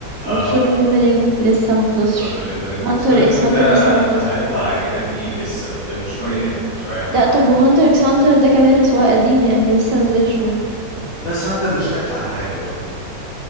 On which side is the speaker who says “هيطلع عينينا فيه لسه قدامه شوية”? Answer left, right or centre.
Left